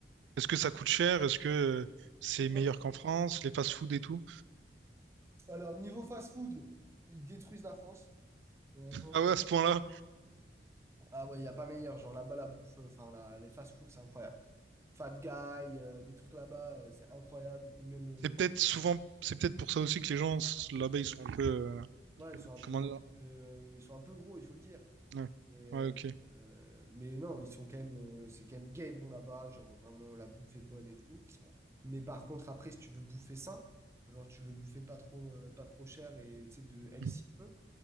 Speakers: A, on the right; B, on the right.
A: est-ce que ça coûte cher? Est-ce que euh, c'est
B: Ouais.
A: meilleur qu'en France, les fast-food et tout?
B: Alors, niveau fast-food, ils détruisent la France. Honnêtement.
A: Ah ouais,
B: euh,
A: à ce point-là,
B: Ah ouais, il n'y a pas meilleur. Genre là-bas, la bouffe, euh, enfin, la- les fast-food, c'est incroyable. Five Guys, euh, des trucs là-bas, euh, c'est incroyable. Ou Même euh,
A: c'est
B: des
A: peut-être souvent,
B: trucs.
A: c'est peut-être pour ça aussi que les gens s- là-bas ils sont un peu, euh,
B: Ouais, ils sont un peu,
A: comment dire?
B: euh, ils sont un peu gros, il faut le dire.
A: Ouais,
B: Mais,
A: ouais,
B: euh,
A: ok.
B: euh, mais non, ils sont quand même, euh, c'est quand même gay bon là-bas, genre vraiment la bouffe est bonne et tout. Mais par contre, après, si tu veux bouffer sain, genre tu veux bouffer pas trop, euh, pas trop cher et tu sais, de healthy
A: Mhm.
B: peu,